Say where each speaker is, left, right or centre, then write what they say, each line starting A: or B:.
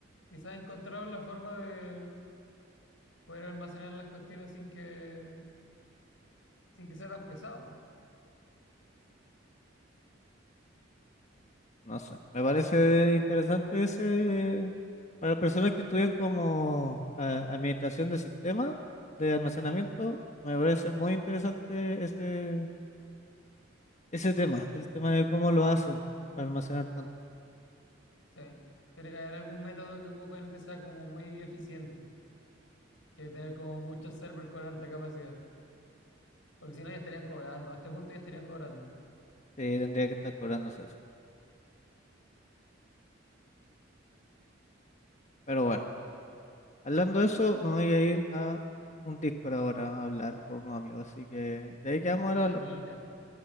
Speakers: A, on the left (about 85°); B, on the left (about 40°).
A: Quizás encontraron la forma de poder almacenar las cuestiones sin que, sin que sea tan pesado.
B: No sé, me parece interesante ese para personas que estudian como ah, administración de sistemas de almacenamiento. Me parece muy interesante ese, ese tema, el tema de cómo lo hacen para almacenar tanto.
A: Sí. Tiene que haber algún método que ocupen que sea como muy eficiente, que tener como muchos servers con alta capacidad. Porque si no, ya estarían cobrando. A este punto ya estarían cobrando.
B: Sí, tendría que estar cobrándose así. Pero bueno, hablando de eso, me voy a ir a un Discord ahora a hablar con unos amigos. Así que de ahí quedamos ahora.
A: Con
B: hablamos.
A: la amiguita.